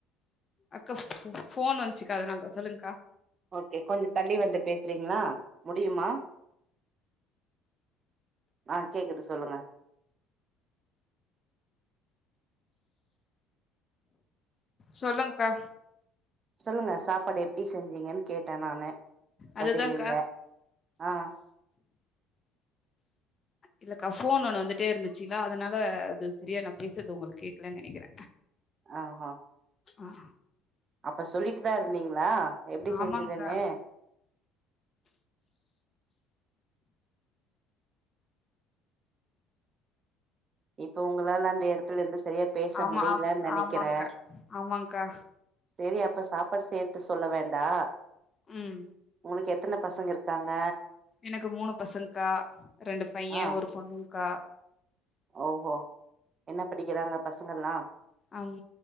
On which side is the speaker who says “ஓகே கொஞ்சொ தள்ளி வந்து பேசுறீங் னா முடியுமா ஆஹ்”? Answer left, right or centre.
Right